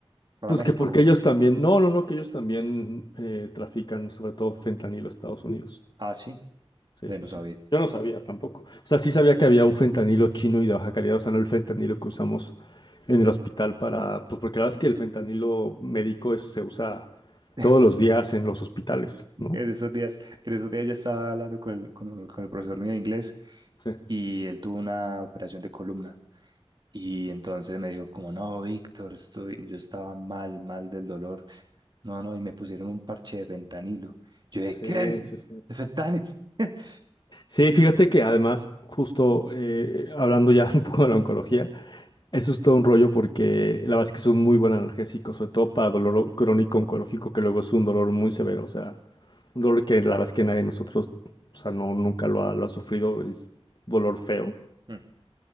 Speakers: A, on the right; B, on the left.
A: para
B: Pues
A: México.
B: que porque ellos también, no, no, no, que ellos también eh, trafican sobre todo fentanilo a Estados Unidos.
A: Ah, sí,
B: Sí,
A: ve, no
B: sí, sí.
A: sabía.
B: Yo no sabía tampoco. O sea, sí sabía que había un fentanilo chino y de baja calidad, o sea, no el fentanilo que usamos en el hospital para, pues porque la verdad es que el fentanilo médico es- se usa
A: <laughs>
B: todos los días en los hospitales, ¿no?
A: En esos días, en esos días yo estaba hablando con el, con, el- con el profesor mío de inglés
B: Sí,
A: y él tuvo una operación de columna. Y entonces me dijo como, no, Víctor, estoy, yo estaba mal, mal del dolor. No, no, y me pusieron un parche de fentanilo. Yo dije,
B: sí,
A: ¿qué?
B: sí. sí.
A: ¿De fentanilo? <laughs>
B: Sí, fíjate que además, justo eh, hablando ya <laughs> un poco de la oncología, eso es todo un rollo porque la verdad es que es un muy buen analgésico, sobre todo para dolor crónico oncológico, que luego es un dolor muy severo, o sea, un dolor que la verdad es que nadie de nosotros, o sea, no, nunca lo ha, lo ha sufrido, es dolor feo.
A: Mm,